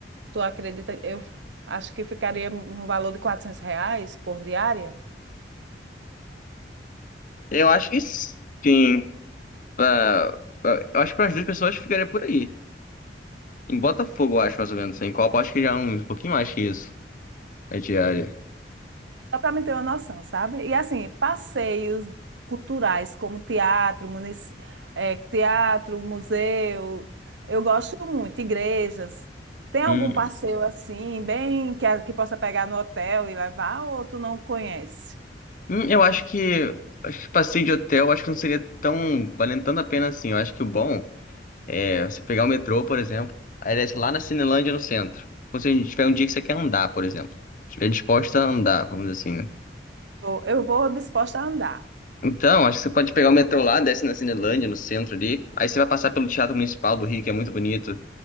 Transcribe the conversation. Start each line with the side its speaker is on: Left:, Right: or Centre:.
Right: Tu acredita? Eu acho que ficaria um valor de 400 reais por diária,
Left: eu acho que sim, pra, pra- eu acho que para as duas pessoas ficaria por aí. Em Botafogo, eu acho mais ou menos. Em Copa, eu acho que já é um pouquinho mais que isso. É diária.
Right: só para me ter uma noção, sabe? E assim, passeios culturais como teatro, munici... eh, teatro, museu, eu gosto muito, igrejas. Tem algum
Left: Hum,
Right: passeio assim, bem que, a- que possa pegar no hotel e levar, ou tu não conhece?
Left: hum, eu acho que, acho que passeio de hotel, acho que não seria tão valendo tanto a pena assim. Eu acho que o bom é você pegar o metrô, por exemplo, aí desce lá na Cinelândia no centro. Ou se a gente tiver um dia que você quer andar, por exemplo. Estiver disposta a andar, vamos dizer assim, né?
Right: Eu eu vou disposta a andar.
Left: Então, acho que você pode pegar o metrô lá, desce na Cinelândia, no centro ali. Aí você vai passar pelo Teatro Municipal do Rio, que é muito bonito.